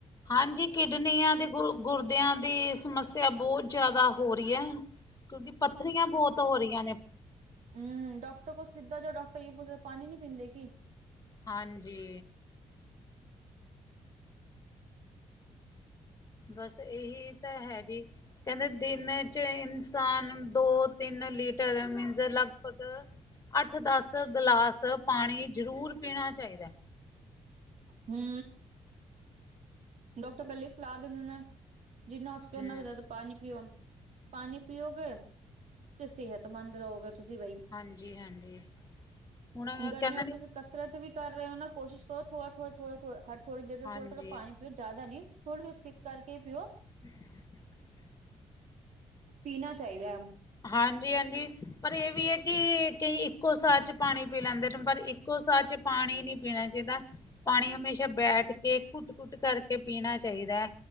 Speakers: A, on the left (about 30°); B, on the right (about 70°).
A: ਹਾਂਜੀ ਕਿਡਨੀਆਂ ਦੇ ਗ ਗੁਰਦੇਆਂ ਦੀ ਸਮੱਸਿਆ ਬੋਤ ਜ਼ਾਦਾ ਹੋ ਰਈ ਐ ਕਿਉਂਕਿ ਪੱਥਰੀਆਂ ਬੋਤ ਹੋ ਰਈਆਂ ਨੇ।
B: ਹੂੰ--ਡਾਕਟਰ ਕੋਲ ਸਿੱਧਾ ਜਾਓ ਡਾਕਟਰ ਏ ਪੂਛਦੇ ਪਾਣੀ ਨੀ ਪੀਂਦੇ ਕਿ?
A: ਹਾਂਜੀ। ਬਸ ਏਹੀ ਤਾਂ ਹੈਗੇ ਕੇਂਦੇ ਦਿਨ ਚ ਇਨਸਾਨ ਦੋ- ਤਿੰਨ ਲੀਟਰ ਮੀਨਜ਼ ਲਗਭਗ ਅੱਠ -ਦਸ ਗਲਾਸ ਪਾਣੀ ਜ਼ਰੂਰ ਪੀਣਾ ਚਾਈਦਾ।
B: ਹੂੰ ਡਾਕਟਰ ਇਕੱਲੀ ਸਲਾਹ ਦਿੰਦੇ ਨੇ ਜਿੰਨਾ ਹਸ ਕੇ ਓਨਾ
A: ਹਮ
B: ਜ਼ਾਦਾ ਪਾਣੀ ਪੀਓ ਪਾਣੀ ਪੀਓਗੇ ਤੇ ਸੇਹਤਮੰਦ ਰਹੋਗੇ ਤੁਸੀਂ ਬਈ।
A: ਹਾਂਜੀ-ਹਾਂਜੀ ਹੁਣ ਏ
B: ਗਰਮੀਆਂ
A: ਕੇਂਦੇ
B: ਵਿੱਚ
A: ਨੇ
B: ਤੁਸੀਂ ਕਸਰਤ ਵੀ ਕਰ ਰਹੇ ਹੋ ਨਾ ਕੋਸ਼ਿਸ਼ ਕਰੋ ਥੋੜਾ ਥੋੜ੍ਹ ਥੋੜ੍ਹ ਥੋ ਹ ਥੋੜੀ ਦੇਰ
A: ਹਾਂਜੀ
B: ਥੋੜਾ ਥੋੜਾ ਪਾਣੀ ਪਿਓ ਜਾਦਾ ਨੀ ਥੋੜੀ-ਥੋੜੀ ਸਿੱਪ ਕਰਕੇ ਪਿਓ
A: <inaudible>
B: ਪੀਣਾ ਚਾਈਦਾ।
A: ਹਾਂਜੀ-ਹਾਂਜੀ ਪਰ ਏ ਵੀ ਐ ਕੀ ਕਈ ਇੱਕੋ ਸਾ ਚ ਪਾਣੀ ਪੀ ਲੈਂਦੇ ਨੇ ਪਰ ਇੱਕੋ ਸ ਚ ਪਾਣੀ ਨਈ ਪੀਣਾ ਚਾਹੀਦਾ ਪਾਣੀ ਹਮੇਸ਼ਾ ਬੈਠ ਕੇ ਘੁੱਟ- ਘੁੱਟ ਕਰਕੇ ਪੀਣਾ ਚਾਈਦਾ ਹੈ